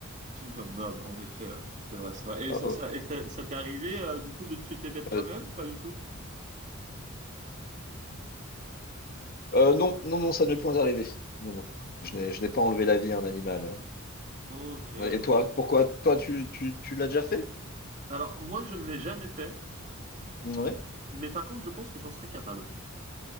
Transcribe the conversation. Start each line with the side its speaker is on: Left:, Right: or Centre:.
Right: C'est une viande noble, en effet. ouais. C'est vrai, c'est vrai. Et
Left: Ah
Right: ça,
Left: ouais.
Right: ça- et ça- ça t'est arrivé, euh, du coup, de tuer tes bêtes toi-même?
Left: Euh,
Right: Pas du tout.
Left: euh, non, non, non, ça ne m'est point arrivé. Non, non. Je n'ai, je n'ai pas enlevé la vie à un animal. hein.
Right: Ok,
Left: Ouais, Et
Right: d'accord.
Left: toi, pourquoi? Toi, tu, tu, tu l'as déjà fait?
Right: Alors, moi, je ne l'ai jamais fait,
Left: Oui.
Right: mais par contre, je pense que j'en serais capable.